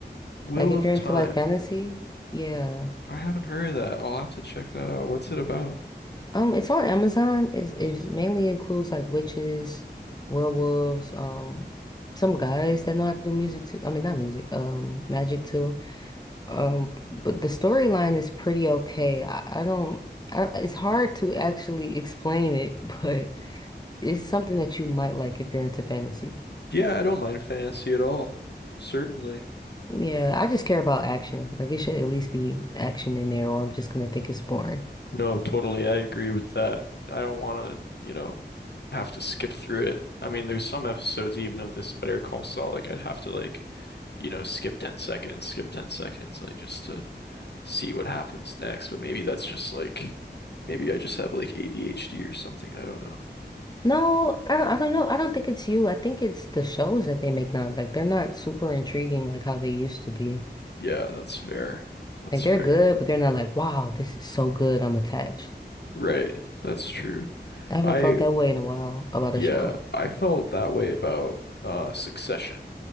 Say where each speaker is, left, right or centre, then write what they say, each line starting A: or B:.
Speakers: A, on the left (about 70°); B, on the left (about 20°).
A: Wheel
B: Like if
A: of
B: you're
A: Time.
B: into like fantasy, yeah.
A: I haven't heard of that. I'll have to check that out. What's it about?
B: Um, it's on Amazon. It's, it's mainly includes like witches, werewolves, um, some guys that know how to do music too. I mean, not music, um, magic too. Um, but the storyline is pretty okay. I, I don't, I, it's hard to actually explain it, <laughs> but it's something that you might like if you're into fantasy.
A: Yeah, I don't mind fantasy at all. Certainly.
B: Yeah, I just care about action. Like it should at least be action in there, or I'm just gonna think it's boring.
A: No, totally. I agree with that. I don't want to, you know, have to skip through it. I mean, there's some episodes even of this Better Call Saul, like I'd have to like, you know, skip 10 seconds, skip 10 seconds, like just to see what happens next, but maybe that's just like maybe I just have like ADHD or something. I don't know.
B: No, I don't, I don't know. I don't think it's you. I think it's the shows that they make now. Like they're not super intriguing like how they used to be.
A: Yeah, that's fair. That's
B: Like they're
A: fair.
B: good, but they're not like, wow, this is so good. I'm attached.
A: Right. That's true.
B: I haven't
A: I
B: felt that way in a while about
A: yeah,
B: a show.
A: I felt that way about uh Succession.